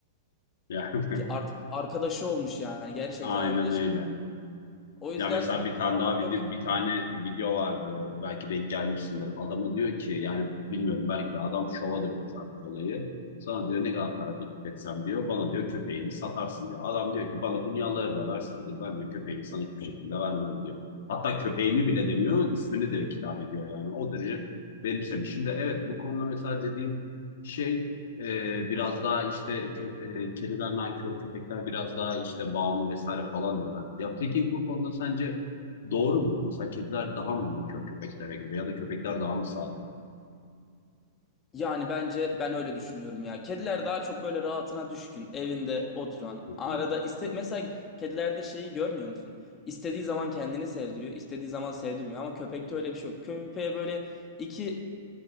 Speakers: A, on the left (about 70°); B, on the left (about 20°).
A: <laughs> Yani
B: Ki artık arkadaşı olmuş yani gerçekten
A: aynen
B: arkadaşı.
A: öyle.
B: O yüzden
A: Ya mesela bir tane
B: daha
A: daha video
B: çok
A: bir tane video vardı belki denk gelmişsindir. Adamı diyor ki yani bilmiyorum belki de adam şova dökmüş artık olayı. Sana diyor ne kadar para teklif etsem diyor. Bana diyor köpeğini satarsın diyor. Adam diyor ki bana dünyaları da versen diyor. Ben diyor köpeğimi sana hiçbir şekilde vermem diyor. Hatta köpeğimi bile demiyor ismini direkt hitap ediyor yani o derece benimsemiş. Şimdi evet bu konuda mesela dediğin şey ee, biraz daha işte kö e, kediler nankör, köpekler biraz daha işte bağımlı vesaire falan diyorlar. Ya peki bu konuda sence doğru mu? Mesela kediler daha mı nankör köpeklere göre ya da köpekler daha mı sadık?
B: Yani bence ben öyle düşünüyorum ya. Kediler daha çok böyle rahatına düşkün, evinde oturan,
A: Hı
B: arada
A: hı,
B: iste mesela kedilerde şeyi görmüyor musun? İstediği zaman kendini sevdiriyor, istediği zaman sevdirmiyor ama köpekte öyle bir şey yok. Köpeğe böyle iki